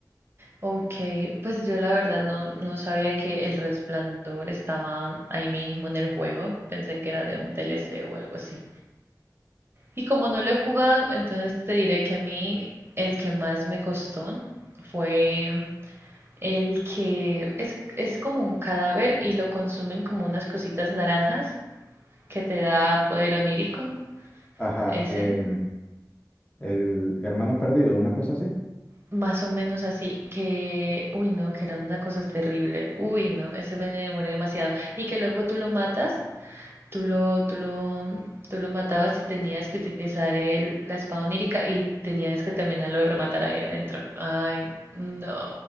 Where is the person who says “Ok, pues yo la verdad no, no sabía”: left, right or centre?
Right